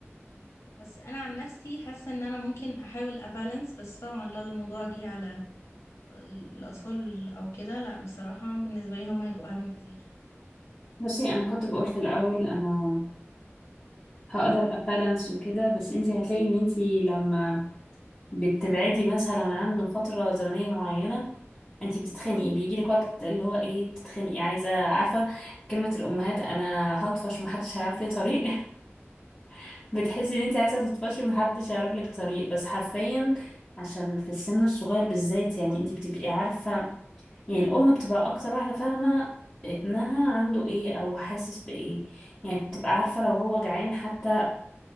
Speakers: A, on the left; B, on the left.
A: بس أنا عن نفسي حاسة إن أنا ممكن أحاول أبالانس بس طبعا لو الموضوع جه على الأطفال أو كده لأ بصراحة بالنسبة لي هما هيبقوا أهم كتير
B: بصي انا كنت بقول في الاول انا هقدر ابالانس وكده بس انتي هتلاقي ان انتي لما بتبعدي مثلا عنه فترة زمنية معينة انتي بتتخنقي بيجيلك وقت اللي هو ايه بتتخنقي عايزة عارفة كلمة الأمهات أنا هطفش محدش هيعرف لي طريق <laughs> بتحسي إن انتي عايزة تطفشي محدش هيعرف لك طريق بس حرفيا عشان في السن الصغير بالذات يعني انتي بتبقي عارفة يعني الأم بتبقى أكتر واحدة فاهمة ابنها عنده ايه أو حاسس بإيه يعني بتبقى عارفة
A: بالظبط
B: لو هو جعان حتى